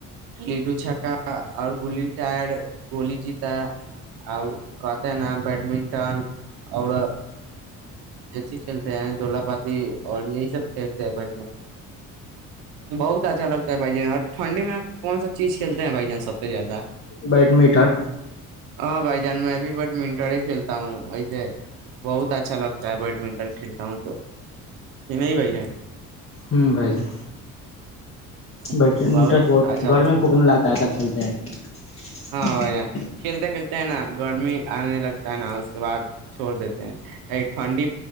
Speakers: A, on the right; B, on the left.
A: لڈو چکا اور گلی ٹائر کوولی جیتا اور کہتے ہیں نا بیڈمنٹن اور اچھی کھیلتے ہیں دلہپ اور یہی سب کھیلتے بھ ج بہت اچھا لگتا ہے بھ جان اور ٹھنڈی میں آپ کون سب چیز کھیلتے ہیں بھائی جان سب سے زیادہ
B: بیڈمنٹن
A: ہاں بھائی میں بھی بیڈمنٹن ہی کھیلتا ہوں ایسے بہت اچھا لگتا ہے بیڈمنٹن کھیلتا ہوں تو یہ نہیں بھ جان
B: ہوں بھائی ج
A: جان
B: ب انٹرسٹ بہت
A: اچھا
B: گرمی
A: لگ
B: پونکنے لگتا ہے تب چھیلتے ہیں تب
A: ہاں بھائی جان کھیلتے کھیلتے ہیں نا گرمی آنے لگتا ہے نا اس کے بعد چھوڑ دیتے ہیں ٹھنڈی